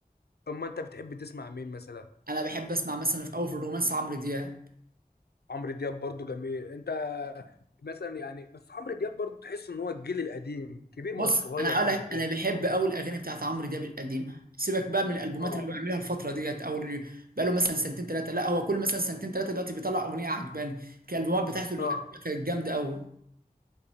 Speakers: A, on the left (about 80°); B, on the right (about 65°).
A: اما انت بتحب تسمع مين مثلا
B: انا بحب اسمع مثلا في اول في الرومانس عمرو دياب
A: عمرو دياب برضو جميل انت مثلا يعني بس عمرو دياب برضو تحس ان هو الجيل القديم كبير ما
B: بص
A: هو صغير
B: انا هقول
A: عمرو
B: لك
A: دياب
B: انا بحب اول الاغاني بتاعت عمرو دياب القديمه سيبك بقى من الالبومات
A: اه
B: اللي هو بيعملها الفتره ديت او اللي بقى له مثلا سنتين ثلاثه لا هو كل مثلا سنتين ثلاثه دلوقتي بيطلع اغنيه عجباني كان الالبومات بتاعته اللي
A: اه
B: قديمة كانت جامده قوي